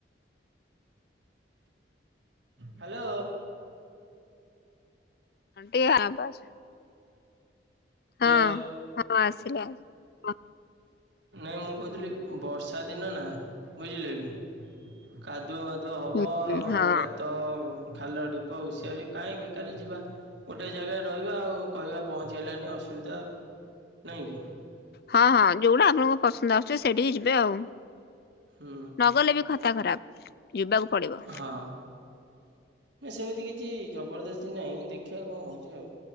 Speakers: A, on the right (about 75°); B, on the left (about 55°).
A: ହ୍ୟାଲୋ।
B: ଟିକେ ଆବଜ୍।
A: ହ୍ୟାଲୋ
B: ହଁ ହଁ ଆସିଲ ଆ
A: ନାଇଁ ମୁଁ କହୁଥିଲି ବର୍ଷା ଦିନ ନା ବୁଝିଲେ କି କା ଧୁଆ ମାଧୁଅ ହବ
B: ହଁ
A: ଆଉ
B: ହଁ
A: ଗାତ। ଖାଲ ଢିପ ହୁଷିଆରି କାହିଁ ବେକାର ଯିବା ଗୋଟେ ଜାଗାରେ ରହିବା ଆଉ କହିବା ପହଚିହେଲାନି ଅଶୁ ଅସବିଧା ଆଉ ନାଇଁ କି?
B: ହଁ ହଁ ଯୋଉଟା ଆପଣଙ୍କୁ ପସନ୍ଦ ଆସୁଛି ସେଇଠିକି ଯିବେ ଆଉ।
A: ହୁଁ
B: ନଗଲେ ବି ଖଥା ଖରାପ ଯିବାକୁ ପଡିବ।
A: ହଁ ନା ସେମିତି କିଛି ଜବରଦସ୍ତି ନାହିଁ ଦେଖିବା କଣ ହେଉଛି ଆଉ।